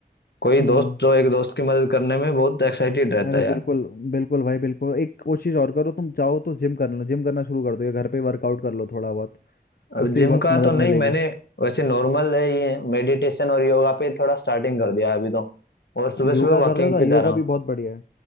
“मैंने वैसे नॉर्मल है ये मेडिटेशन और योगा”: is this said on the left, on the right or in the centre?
Left